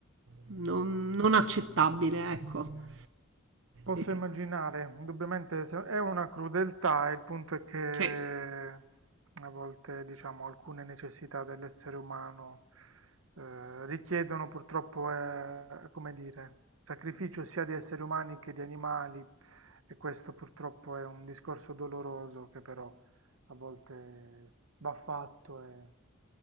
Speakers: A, on the right; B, on the right.
A: non, non accettabile, ecco.
B: Posso
A: Eh,
B: immaginare, indubbiamente se- è una crudeltà, il punto è che
A: Sì.
B: a volte, diciamo, alcune necessità dell'essere umano eh, richiedono purtroppo, eh, come dire, sacrificio sia di esseri umani che di animali e questo purtroppo è un discorso doloroso che però a volte va fatto e,